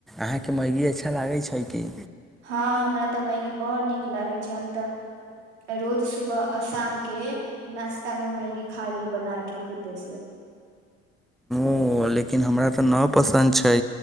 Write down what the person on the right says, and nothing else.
हँ हमरा तऽ मैगी बड़ नीक लागैत छै हम तऽ रोज सुबह अ शाम के नाश्ता मे मैगी खाली बना के खुदे से